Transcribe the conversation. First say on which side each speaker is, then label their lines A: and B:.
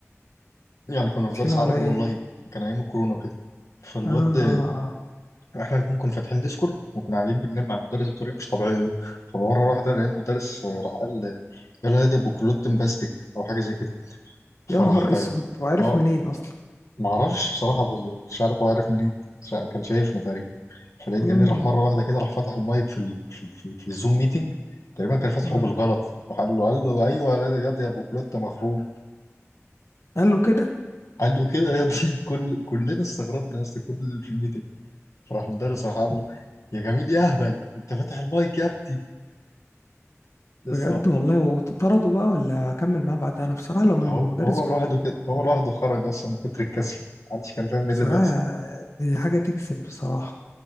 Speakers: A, on the left; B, on the left.
A: يعني كنا
B: فاتحينه
A: في درس عربي
B: على
A: اونلاين
B: ايه
A: كان ايام الكورونا وكده فالواد
B: اه اه اه
A: احنا الاتنين كنا فاتحين ديسكورد وكنا قاعدين بننام مع المدرس بطريقه مش طبيعيه فمره واحده لقينا المدرس آه، راح قال آه، يلا يا دي ابو كلوتن باستيك او حاجه زي كده فراح
B: يا نهار اسود
A: اه
B: وعرف
A: آه،
B: منين اصلا
A: ما اعرفش بصراحه بس- مش عارف هو عارف منين مش عارف- كان شايفنا تقريبا فلقيت
B: امم
A: جميل راح مره واحده كده راح فتح المايك في ال... في, في, في الزوم ميتنج تقريبا كان فاتحه
B: امم
A: بالغلط راح قال له قال له ايوه يا دي ابو كلوتة مخروم
B: قال له كده
A: قال له كده يا دي كل كلنا استغربنا يا اسطى كل اللي في الميتنج فراح المدرس راح قال له يا جميل يا اهبل انت فاتح المايك يا ابني لسه
B: بجد والله وطرده بقى ولا هكمل معاه بعدها انا بصراحة لو من
A: هو
B: المدرس
A: هو
B: كنت
A: لوحده كده هو لوحده خرج اصلا من كتر الكسل محدش كان فاهم ايه
B: بصراحة
A: اللي بيحصل
B: هي حاجة تكسب بصراحة